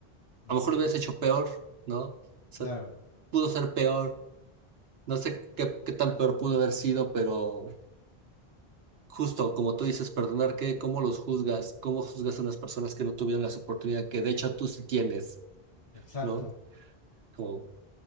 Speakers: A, on the left (about 50°); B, on the right (about 75°).
A: Ujú.
B: lo mejor lo hubieras hecho peor, ¿no? O sea,
A: Claro,
B: pudo ser peor, no sé qué, qué tan peor pudo haber sido, pero justo como tú dices, perdonar, ¿qué? ¿Cómo los juzgas? ¿Cómo juzgas a unas personas que no tuvieron las oportunidades que de hecho tú sí tienes,
A: exacto,
B: ¿no? Como,